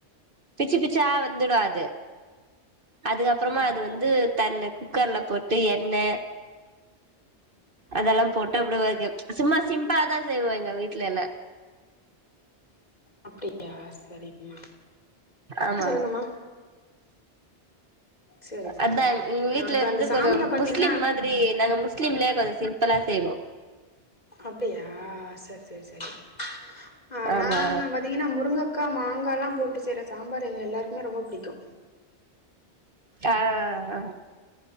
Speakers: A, on the right; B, on the left.
A: பிச்சு பிச்சா வந்துடோ அது அதுக்கப்றமா
B: அ
A: அது வந்து தன்ன குக்கர்ல போட்டு எண்ண அதெல்லா போட்டு அப்டி சும்மா சிம்பிளாதா செய்வோ எங்க வீட்டுயேல்ல
B: அப்டியா சரிங்கம்மா
A: ஆமா
B: சொல்லுங்கம்மா செரி செரி
A: அதா
B: செரி
A: எங்க
B: இப்ப
A: வீட்ல வந்து
B: அந்த சாம்பல
A: கொஞ்ச
B: பாத்தீங்கன்னா
A: முஸ்லீம் மாதிரி நாங்க முஸ்லீம்ல சிம்பிளா செய்வோ
B: அப்டியா சரி சரி சரி ஆ நாங்க
A: ஆமா
B: பாத்திங்கனா முருங்க அக்கா மாங்காலா போட்டு செய்ற சாம்பாரு எங்க எல்லாருக்குமே ரொம்ப பிடிக்கு
A: ஆ ஆ ஆ